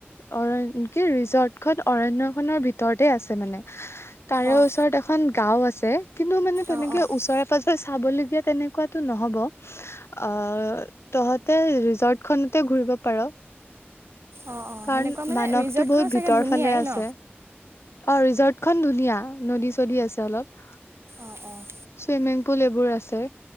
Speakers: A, on the left; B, on the right.
A: অৰণ কি ৰিজৰ্ট খন অৰণ্য খনৰ ভিতৰতে আছে মানে? তাৰে
B: অঁ
A: ওচৰত এখন গাঁও আছে। কিন্তু মানে তেনেকে
B: অঁ অঁ
A: ওচৰে পাঁজৰে চাবলগীয়া তেনেকুৱাতো নহ'ব অঁ তহত ৰিজৰ্ট খনতে ঘূৰিব পাৰ।
B: অঁ অঁ
A: কাৰণ
B: সেনেকুৱা মানে
A: মানসটো
B: ৰিজৰ্টখনো
A: বহুত ভিতৰ
B: চাগে ধুনীয়াই
A: ফালে আছে।
B: ন
A: অ ৰিজৰ্ত খন ধুনীয়া নদী চদী আছে অলপ
B: অঁ অঁ
A: চুইমিং পুল এইবোৰ আছে,